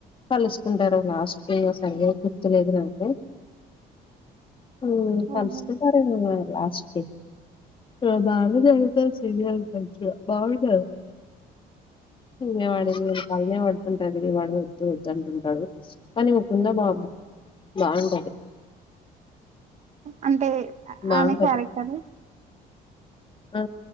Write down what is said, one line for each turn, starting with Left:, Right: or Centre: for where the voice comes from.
Left: కలుసుకుంటారు లాస్ట్ కే సండే అని గుర్తులేదునంటే ఉమ్
Right: ఓహో
Left: కలుసుకుంటారు అండి మరి లాస్ట్కి చాలా బాగా జరుగుతాది సీరియల్ మంచిగా బావుంటాది. ఇ వాడ బానే వడదుంటాయివి వాడ ఉద్దు వదుంటుంట కాని అని ముకుంద బాప బావుంటాది
Right: అంటే
Left: బావుంటది
Right: ఆమె క్యారెక్టర్
Left: ఆ